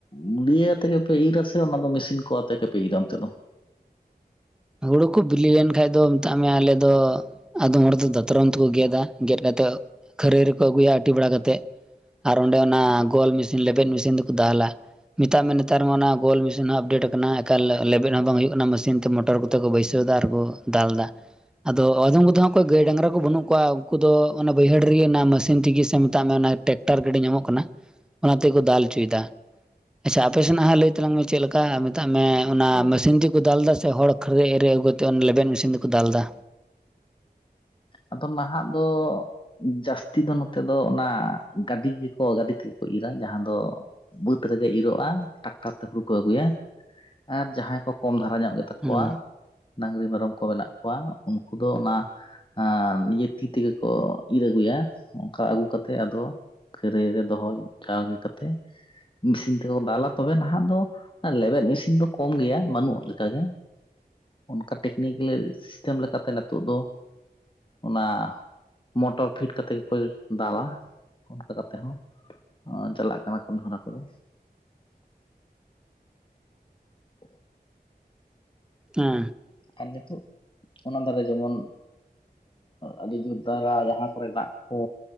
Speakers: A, on the left; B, in the centre.
A: ᱢᱩᱞᱤᱭᱟᱹ ᱟᱛᱮ ᱜᱮᱯᱮ ᱤᱨᱟ ᱥᱮ ᱚᱱᱟ ᱫᱚ ᱢᱤᱥᱤᱱ ᱠᱚ ᱟᱛᱮ ᱜᱮᱯᱮ ᱤᱨᱟ ᱚᱱᱛᱮ ᱫᱚ
B: ᱦᱩᱲᱩ ᱠᱚ ᱵᱤᱞᱤ ᱞᱮᱱ ᱠᱷᱟᱡ ᱫᱚ ᱢᱮᱛᱟᱜ ᱢᱮ ᱟᱞᱮ ᱫᱚ ᱟᱫᱚᱢ ᱦᱚᱲ ᱫᱚ ᱫᱟᱛᱨᱚᱢ ᱛᱮᱠᱚ ᱜᱮᱫᱟ ᱜᱮᱫ ᱠᱟᱛᱮᱫ ᱠᱷᱟᱹᱨᱟᱹᱭ ᱨᱮᱠᱚ ᱟᱹᱜᱩᱭᱟ ᱟᱹᱴᱤ ᱵᱟᱲᱟ ᱠᱟᱛᱮᱫ ᱟᱨ ᱚᱸᱰᱮ ᱚᱱᱟ ᱜᱳᱞ ᱢᱤᱥᱤᱱ ᱞᱮᱵᱮᱫ ᱢᱤᱥᱤᱱ ᱛᱮᱠᱚ ᱫᱟᱞᱟ ᱢᱮᱛᱟᱜ ᱢᱮ ᱱᱮᱛᱟᱨ ᱢᱟ ᱚᱱᱟ ᱜᱳᱞ ᱢᱤᱥᱤᱱ ᱦᱚᱸ ᱟᱯᱰᱮᱴ ᱟᱠᱟᱱᱟ ᱮᱠᱟᱞ ᱞᱮᱵᱮᱫ ᱦᱚᱸ ᱵᱟᱝ ᱦᱩᱭᱩᱜ ᱠᱟᱱᱟ ᱢᱟᱥᱤᱱ ᱛᱮ ᱢᱚᱴᱚᱨ ᱠᱚ ᱛᱮ ᱠᱚ ᱵᱷᱟᱹᱭᱥᱣᱫᱟ ᱟᱨ ᱠᱚ ᱫᱟᱞᱫᱟ ᱟᱫᱚ ᱟᱫᱷᱚᱢ ᱠᱚᱫᱚ ᱚᱠᱚᱭ ᱜᱟᱹᱭ ᱰᱟᱝᱨᱟ ᱠᱚ ᱵᱟᱹᱱᱩᱜ ᱠᱚᱣᱟ ᱩᱱᱠᱩ ᱫᱚ ᱚᱱᱟ ᱵᱟᱹᱭᱦᱟᱹᱲ ᱨᱮᱜᱮ ᱚᱱᱟ ᱢᱟᱥᱤᱱ ᱛᱮᱜᱮ ᱥᱮ ᱢᱮᱛᱟᱜ ᱢᱮ ᱚᱱᱟ ᱴᱮᱠᱴᱟᱨ ᱜᱟᱹᱰᱤ ᱧᱟᱢᱚᱜ ᱠᱟᱱᱟ ᱚᱱᱟ ᱛᱮᱠᱚ ᱫᱟᱞ ᱚᱪᱚᱭᱮᱫᱟ ᱟᱪᱪᱷᱟ ᱟᱯᱮ ᱥᱮᱱᱟᱜ ᱦᱟᱸᱜ ᱞᱟᱹᱭ ᱛᱟᱞᱟᱝ ᱢᱮ ᱪᱮᱫ ᱞᱮᱠᱟ ᱢᱮᱛᱟᱜ ᱢᱮ ᱚᱱᱟ
A: ᱦᱳᱭ
B: ᱢᱟᱥᱤᱱ ᱛᱤᱜᱤ ᱠᱚ ᱫᱟᱞ ᱮᱫᱟ ᱥᱮ ᱦᱚᱲ ᱠᱷᱟᱹᱨᱟᱹᱭ ᱮᱨᱮ ᱟᱹᱜᱩ ᱠᱟᱛᱮᱫ ᱚᱱᱮ ᱞᱮᱵᱮᱫ ᱢᱤᱥᱤᱱ ᱛᱮᱠᱚ ᱫᱟᱞᱫᱟ
A: ᱟᱫᱚ ᱱᱟᱦᱟᱜ ᱫᱚ ᱡᱟᱹᱥᱛᱤ ᱫᱚ ᱱᱚᱛᱮ ᱫᱚ ᱚᱱᱟ ᱜᱟᱹᱰᱤ ᱜᱮᱠᱚ ᱜᱟᱹᱰᱤ ᱛᱤᱜᱤ ᱠᱚ ᱤᱨᱟ ᱡᱟᱦᱟᱸ ᱫᱚ ᱵᱟᱹᱫᱽ ᱨᱮᱜᱮ ᱤᱨᱚᱜᱼᱟ ᱴᱟᱠᱴᱟᱨ ᱛᱮ ᱦᱩᱲᱩ ᱠᱚ ᱟᱹᱜᱩᱭᱟ ᱟᱨ ᱡᱟᱦᱟᱸᱭ ᱠᱚ ᱠᱚᱢ ᱫᱷᱟᱨᱟ ᱧᱚᱜ ᱜᱮ ᱛᱟᱠᱚᱣᱟ
B: ᱦᱮᱸ
A: ᱰᱟᱝᱨᱤ ᱢᱮᱨᱚᱢ ᱠᱚ ᱢᱮᱱᱟᱜ ᱠᱚᱣᱟ ᱩᱱᱠᱩ ᱫᱚ ᱚᱱᱟ ᱟᱱ ᱤᱭᱟᱹ ᱛᱤ ᱛᱮᱜᱮ ᱠᱚ ᱤᱨ ᱟᱹᱜᱩᱭᱟ ᱚᱱᱠᱟ ᱟᱹᱜᱩ ᱠᱟᱛᱮ ᱟᱫᱚ ᱠᱷᱟᱹᱨᱟᱹᱭ ᱨᱮ ᱫᱚᱦᱚᱭ ᱡᱟᱣᱜᱮ ᱠᱟᱛᱮ ᱢᱤᱥᱤᱱ ᱛᱮᱠᱚ ᱫᱟᱞᱟ ᱛᱚᱵᱮ ᱱᱟᱦᱟᱜ ᱫᱚ ᱞᱮᱵᱮᱫ ᱢᱤᱥᱤᱱ ᱫᱚ ᱠᱚᱢ ᱜᱮᱭᱟ ᱵᱟᱹᱱᱩᱜ ᱞᱮᱠᱟ ᱜᱮ ᱚᱱᱠᱟ ᱴᱮᱠᱱᱤᱠᱮᱞᱮ ᱥᱤᱥᱴᱟᱢ ᱞᱮᱠᱟᱛᱮ ᱱᱤᱛᱚᱜ ᱫᱚ ᱚᱱᱟ ᱢᱚᱴᱚᱨ ᱯᱷᱤᱴ ᱠᱟᱛᱮ ᱜᱮᱠᱚ ᱫᱟᱞᱟ ᱚᱱᱠᱟ ᱠᱟᱛᱮ ᱦᱚᱸ ᱚᱸ ᱪᱟᱞᱟᱜ ᱠᱟᱱᱟ ᱠᱟᱹᱢᱤ ᱦᱚᱨᱟ ᱠᱚᱫᱚ <unintelligible>
B: ᱦᱮᱸ
A: ᱟᱨ ᱱᱤᱛᱚᱜ ᱚᱱᱟ ᱫᱟᱨᱮ ᱡᱮᱢᱚᱱ ᱟᱹᱰᱤ ᱡᱳᱨ ᱫᱟᱨᱟ ᱡᱟᱦᱟᱸ ᱠᱚᱨᱮ ᱫᱟᱜ ᱠᱚ